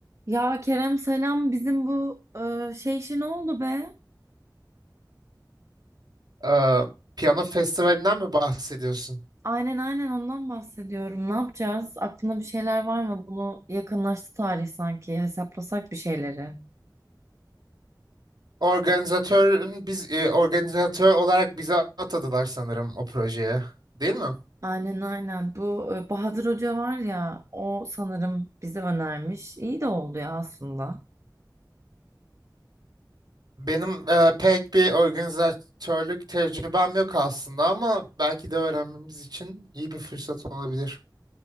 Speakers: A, on the right; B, on the right.
A: Ya Kerem selam bizim bu e, şey işi ne oldu be?
B: Ee, piyano festivalinden mi bahsediyorsun?
A: Aynen aynen ondan bahsediyorum. Ne yapacağız? Aklında bir şeyler var mı? Bunu yakınlaştı tarih sanki. Hesaplasak bir şeyleri.
B: Organizatörün biz e, organizatör olarak bize atadılar sanırım o projeye. Değil mi?
A: Aynen aynen. Bu e, Bahadır Hoca var ya o sanırım bize önermiş. İyi de oldu ya aslında.
B: Benim e, pek bir organizatörlük tecrübem yok aslında ama belki de öğrenmemiz için iyi bir fırsat olabilir.